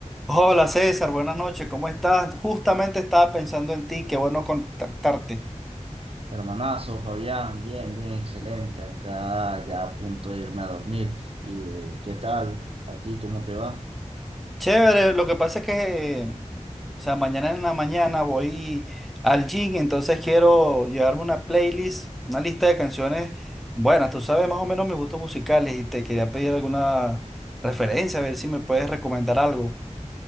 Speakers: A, in the centre; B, on the right (about 50°).
A: Hola César, buenas noches, ¿cómo estás? Justamente estaba pensando en ti, qué bueno contactarte.
B: Hermanazo, Fabián, bien, bien, excelente. Acá ya a punto de irme a dormir. ¿Y eh, qué tal? ¿A ti cómo te va?
A: Chévere, lo que pasa es que, eh, o sea, mañana en la mañana voy al gym, entonces quiero llevarme una playlist, una lista de canciones. Bueno, tú sabes más o menos mis gustos musicales y te quería pedir alguna referencia, a ver si me puedes recomendar algo.